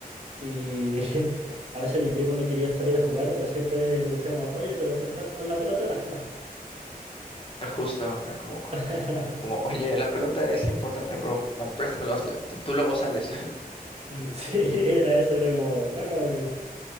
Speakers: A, on the right (about 40°); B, on the left (about 35°).
A: y <laughs> a veces mi primo no quería salir a jugar, pero siempre le decíamos, oye, pero préstanos la pelota.
B: justo, es como,
A: <laughs>
B: como, oye, la pelota es importante, bro, no, préstamelo, tú tú luego sales. <laughs>
A: Sí, era eso, era como, bueno, eh,